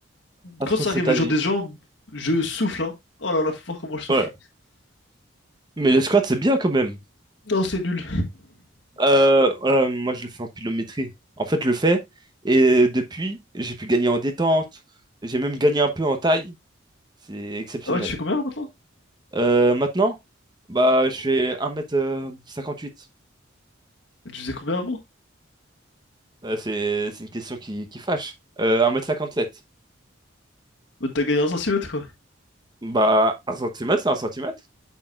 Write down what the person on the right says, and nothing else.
pas
trop
de cet
avis.
Ouais. Mais le squat, c'est bien quand même.
Euh, euh, moi, je le fais en pilométrie. En fait, je le fais. Et depuis, j'ai pu gagner en détente. J'ai même gagné un peu en taille. C'est exceptionnel.
Euh, maintenant, bah, je fais 1m58.
Euh, c'est, c'est une question qui, qui fâche. Euh, 1m57.
Bah, un centimètre, c'est un centimètre.